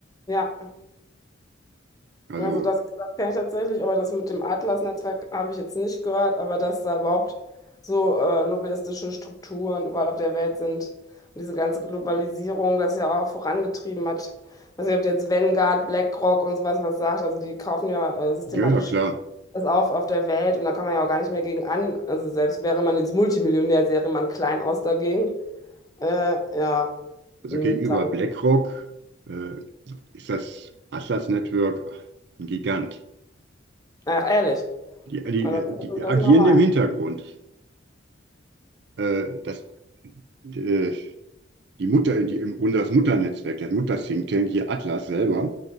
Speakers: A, on the left; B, on the right.
A: Ja.
B: Also,
A: Also das, das kenne ich tatsächlich, aber das mit dem Atlas-Netzwerk habe ich jetzt nicht gehört, aber dass da überhaupt so äh, lobbyistische Strukturen überall auf der Welt sind und diese ganze Globalisierung das ja auch vorangetrieben hat. Ich weiß nicht, ob dir jetzt Vanguard, BlackRock und sowas was sagt, also die kaufen ja äh, systematisch
B: ja, ja, klar.
A: das auf auf der Welt und da kann man ja auch gar nicht mehr gegen an. Also selbst wäre man jetzt Multimillionär, sähe man klein aus dagegen. Äh, ja,
B: Also
A: und
B: gegenüber
A: dann,
B: BlackRock äh, ist das Atlas Network ein Gigant.
A: ach ehrlich,
B: Die, die,
A: das,
B: die
A: das
B: agieren
A: mal rein.
B: im Hintergrund. Äh, das, äh, die Mutter, die, im Grunde das Mutternetzwerk, der Mutter-Think Tank, hier Atlas selber,